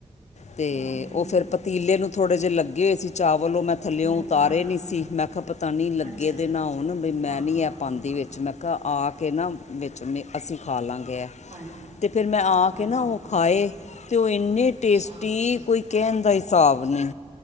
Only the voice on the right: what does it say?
ਹੂੰ ਹੂੰ
ਹੂੰ
ਹੂੰ
ਹਾਂ
ਅੱਛਾ
ਹਾਂ
ਹਾਂ
ਹਾਂ ਹਾਂ
ਹਾਂ
ਹਾਂ
ਹਾਂ
ਹਾਂ
ਅੱਛਾ
ਅੱਛਾ